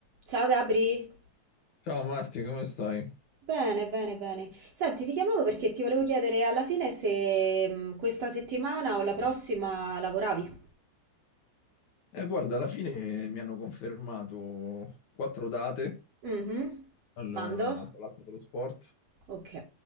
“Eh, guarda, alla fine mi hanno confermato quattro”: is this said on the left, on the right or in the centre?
Left